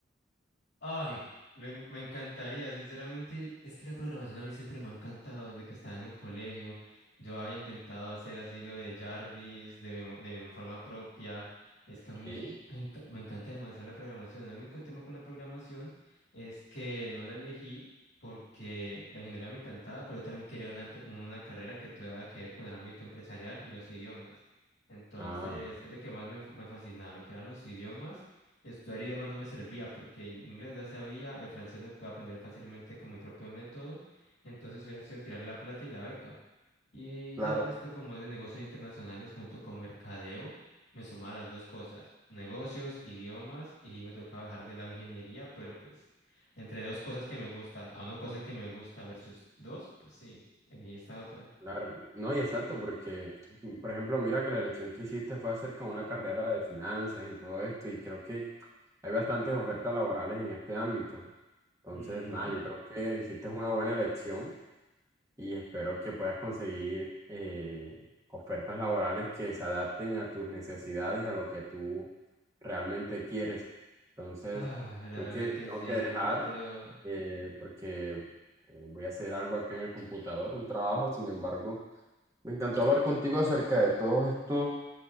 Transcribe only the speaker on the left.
Ay, lo en- me encantaría, sinceramente, es que la programación a mí siempre me ha encantado desde que estaba en el colegio. Yo había intentado hacer así lo de Jarvis de mi, de mi forma propia. Es que a mí
ay, enca- me encanta demasiado la programación. El único tema con la programación es que no la elegí porque la ingeniería me encantaba, pero yo también quería una, empre- una carrera que tuviera que ver con el ámbito empresarial y los idiomas. Entonces,
es lo que más me, fu- me fascinaba, lo que eran los idiomas Estudiar idiomas no me servía porque el inglés ya sabía, el francés lo puedo aprender fácilmente con mi propio método, entonces hubiera sido tirar la plata y la beca. Y
ya esto como es de negocios internacionales junto con mercadeo, me sumaba las dos cosas, negocios, idiomas y me tocaba dejar de lado ingeniería, pero pues entre dos cosas que me gustan, a una cosa que me gusta versus dos, pues sí, elegí esta otra.
Ujú.
Ah, la
verdad
que
sí,
yo te lo...